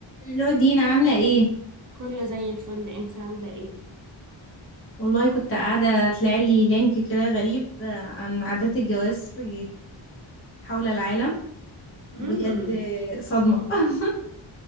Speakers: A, on the left (about 25°); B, on the right (about 40°).
A: الو دينا عاملة ايه؟
B: كله زي الفل انتي عاملة ايه؟
A: والله كنت قاعدة طلعلي لينك كده غريب آه، عن عادات الجواز في حول العالم
B: امم
A: بجد آه، صدمة <laughs>